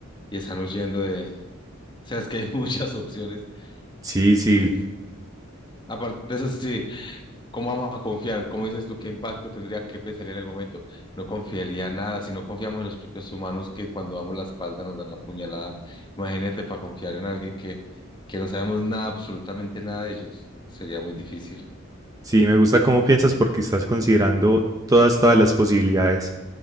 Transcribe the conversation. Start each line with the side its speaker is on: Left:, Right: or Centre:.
Left: y están huyendo de... O sea, es que hay <laughs> muchas opciones.
Right: Sí, sí,
Left: Que es- Aparte de eso, sí, ¿cómo vamos a confiar? ¿Cómo dices tú? ¿Qué impacto tendría? ¿Qué pensaría en el momento? No confiaría nada si no confiamos en los propios humanos que cuando damos la espalda nos dan la puñalada. Imagínate para confiar en alguien que, que no sabemos nada, absolutamente nada de ellos. Sería muy difícil. <laughs>
Right: sí, me gusta cómo piensas porque estás considerando todas, todas las posibilidades.